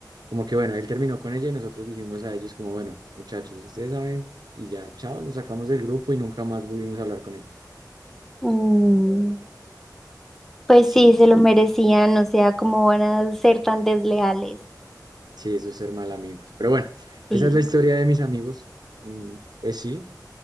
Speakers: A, on the right; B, in the centre.
A: como que bueno, él terminó con ella y nosotros dijimos a ellos como, bueno, muchachos, ustedes saben y ya, chao, los sacamos del grupo y nunca más volvimos a hablar con ellos.
B: Mm, pues
A: Sí,
B: sí, se lo merecían, o sea, ¿cómo van a ser tan desleales?
A: sí, eso es ser mal amigos. Pero bueno, esa
B: Sí,
A: es la historia de mis amigos. Mm, Pues sí,